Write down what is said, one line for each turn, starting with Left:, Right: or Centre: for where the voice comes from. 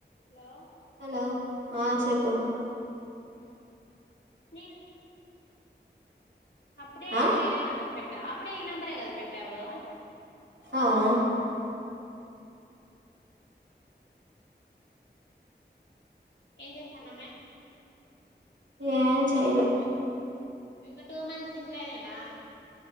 Left: Hello
Right: hello ఆ చెప్పు
Left: ఉ నీను అప్పుడే
Right: ఆ
Left: వేరే నంబర్ పెట్టా అప్పుడే ఈ నంబరే కదా పెట్టావు
Right: అవును
Left: ఏం చేస్తాన్నామే
Right: ఏ చేయలా
Left: ఇంకో టూ మంత్స్ ఇంట్లోనేనా